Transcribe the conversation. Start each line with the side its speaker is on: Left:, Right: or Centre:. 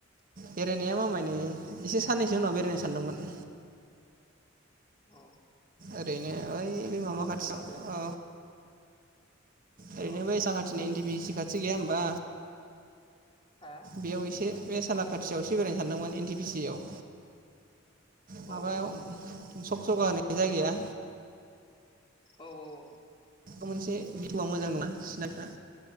Right: बेरायनाया मामाय एसे सानैनैसो एसे उनाव बेरायनो सानदोंमोन।
Left: अ।
Right: ओरैनो इ बे माबा खाथियाव
Left: बुथुमग्रोदो
Right: औ ओरैनो
Left: औ
Right: बै साखाथिनि इनदि बि सि खाथि गैया होमबा
Left: हा
Right: बेयाव एसे बे सालाकाथियावसो बेरायनो सानदोंमोन एन टि पि सि आव माबायाव
Left: औ औ औ
Right: सखसखा होन जायगाया
Left: औ औ औ।
Right: म मोनसे भिहउआ मोजां नङा सिनारिफ्रा